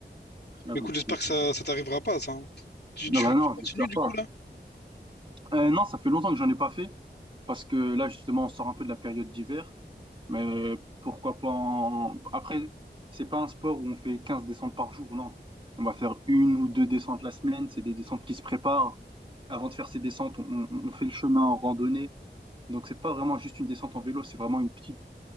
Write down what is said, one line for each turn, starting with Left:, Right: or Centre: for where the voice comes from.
Right: Ah,
Left: Mais
Right: donc,
Left: écoute, j'espère
Right: c'est-
Left: que ça,
Right: c'est-
Left: ça t'arrivera pas, ça. hein. Tu,
Right: non,
Left: tu,
Right: bah non,
Left: tu continues,
Right: j'espère
Left: du
Right: pas.
Left: coup, là?
Right: Euh, non, ça fait longtemps que j'en ai pas fait, parce que là, justement, on sort un peu de la période d'hiver. Mais pourquoi pas en... Après, c'est pas un sport où on fait 15 descentes par jour, non. On va faire une ou deux descentes la semaine, c'est des descentes qui se préparent. Avant de faire ces descentes, on, on- on fait le chemin en randonnée. Donc, c'est pas vraiment juste une descente en vélo, c'est vraiment une petite,